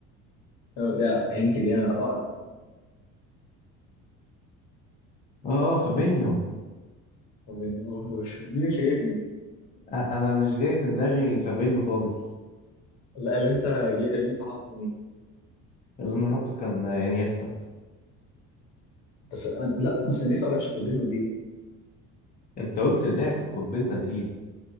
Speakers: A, on the left (about 60°); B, on the left (about 25°).
A: أو يا هنت جامد اقرع
B: اه فابينيو
A: هو يعني هو هو- مين انت جايبني؟
B: أ- انا مش جاي في دماغي فابينيو خالص
A: لا اللي انت جي... اللي انت حاطه مين؟
B: اللي انا حاطه كان آه، انيستا
A: بس أنا- لا بس انا لسه ما لعبش قدام مدريد
B: انت قلت اللاعب في قطبين مدريد